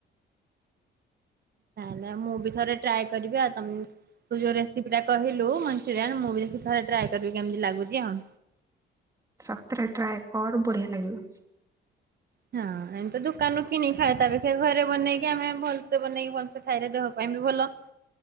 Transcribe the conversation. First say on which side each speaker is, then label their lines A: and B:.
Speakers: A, on the right; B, on the right.
A: ନାଇଲେ ମୁଁ ବି ଥରେ ଟ୍ରାଏ କରିବି ଆଉ ତମେ ତୁ ଯୋଉ ରେସିପି ଟା କହିଲୁ ମଞ୍ଚୁରିଆନ୍ ମୁଁ ବି ଦେଖି ଥରେ ଟ୍ରାଏ କରିବି କେମିତି ଲାଗୁଛି ଆଉ।
B: ସତରେ ଟ୍ରାଏ କର ବଢିଆ ଲାଗିବ।
A: ହଁ ଏମିତି ଦୋକାନରୁୁ କିଣି ଖା ତାପେକ୍ଷା ଘରେ ବନେଇକି ଆମେ ଭଲସେ ବନେଇକି କଣ ସେ ଥାଇରେ ଦେହ ପାଇଁ ବି ଭଲ।